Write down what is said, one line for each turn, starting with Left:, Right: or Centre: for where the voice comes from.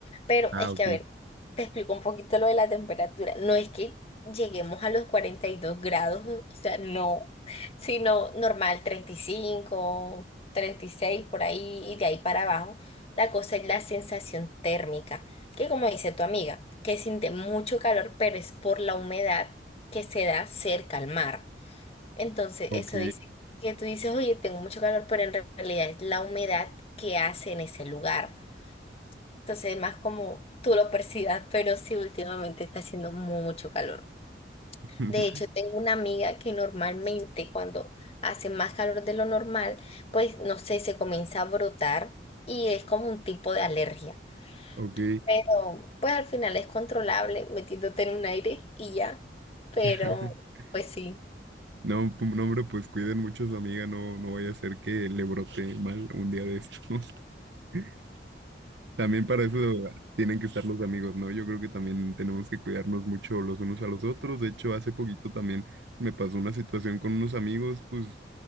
Left: pero
Right: Ah,
Left: es
Right: ok,
Left: que, a ver, te explico un poquito lo de la temperatura. No es que lleguemos a los 42 grados, o sea, no, sino normal, treinta treinta y cinco treinta y seis por ahí y de ahí para abajo. La cosa es la sensación térmica, que como dice tu amiga, que siente mucho calor, pero es por la humedad que se da cerca al mar. Entonces,
Right: ok,
Left: eso dice que tú dices, oye, tengo mucho calor, pero en realidad es la humedad que hace en ese lugar. Entonces, es más como tú lo percibas, pero sí, últimamente está haciendo mucho calor.
Right: <laughs>
Left: De hecho, tengo una amiga que normalmente cuando hace más calor de lo normal, pues no sé, se comienza a brotar y es como un tipo de alergia.
Right: ok.
Left: Pero pues al final es controlable metiéndote en un aire y ya. Pero
Right: <laughs>
Left: pues sí,
Right: No, pu- no, hombre, pues cuiden mucho a su amiga, no, no vaya a ser que le brote mal un día de estos. <laughs> También para eso tienen que estar los amigos, ¿no? Yo creo que también tenemos que cuidarnos mucho los unos a los otros. De hecho, hace poquito también me pasó una situación con unos amigos, pues,